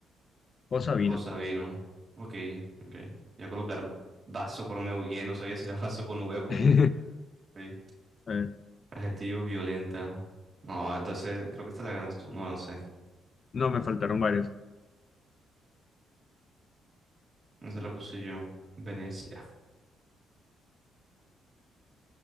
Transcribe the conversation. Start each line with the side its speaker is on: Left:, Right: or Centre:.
Left: Cosa vino.
Right: Cosa vino. Ok, ok. Voy a colocar vaso, pero me bugueé. No sabía si era <laughs> vaso con V o con
Left: <laughs>
Right: V.
Left: A ver,
Right: Adjetivo violenta. No, entonces creo que esta la ganas tú. No, no sé.
Left: no, me faltaron varias.
Right: No se la puse yo. Venecia.